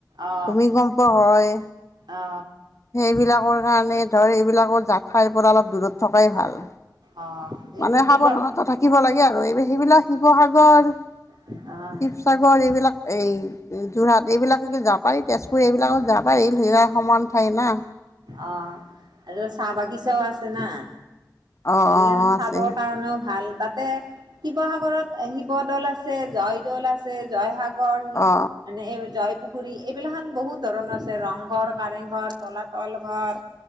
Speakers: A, on the right; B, on the left.
A: অ অ
B: ভূমিকম্প হয়।
A: অ
B: সেইবিলাকৰ কাৰণে ধৰ এইবিলাকৰ জাঠাইৰ পৰা অলপ দূৰত থকাই ভাল।
A: অ এইটো
B: মানে সাৱধানতা
A: কিবা
B: থাকিব লাগে আৰু এই সেইবিলাক শিৱসাগৰ শিৱসাগৰ
A: অ অ
B: এইবিলাক এই যোৰহাট এইবিলাক যাব পাৰি তেজপুৰ এইবিলাকত যাব পাৰি <unintelligible> সমান ঠাই না।
A: অহ আৰু চাহ বাগিচাও আছে না।
B: অ
A: এইবিলাখন
B: অ
A: চাবৰ
B: আছে
A: কাৰণেও ভাল। তাতে শিৱসাগৰত শিৱদৌল আছে জয়দৌল আছে জয়সাগৰ
B: অ
A: মানে এই জয়পুখুৰী এইবিলাখন বহুত ধৰণৰ আছে ৰংঘৰ, কাৰেংঘৰ তলাতল ঘৰ